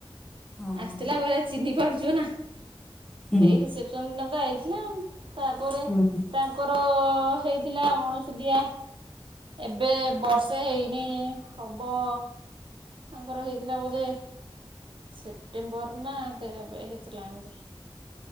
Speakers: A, in the centre; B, on the right.
A: ହଁ
B: ଆସିଥିଲା କହିଲା ଚିିନି ପାର୍ଚୁନା।
A: ହୁଁ
B: ସେଇ ରିସେପସନ ଦିନ ତ ଆ ଇଥିଲା ଆଉ। ତାପରେ
A: ହୁଁ
B: ତାଙ୍କର ଅ ହେଇଥିଲା ଅଣସୁଧିଆ ଏବେ ବର୍ଷେ ହେଇନେଇ ହବ। ତାଙ୍କର ହେଇଥିଲା ବୋଧେ ସେପ୍ଟେମ୍ବର ନା କେବେ ହେଇଥିଲା ଏମିତି।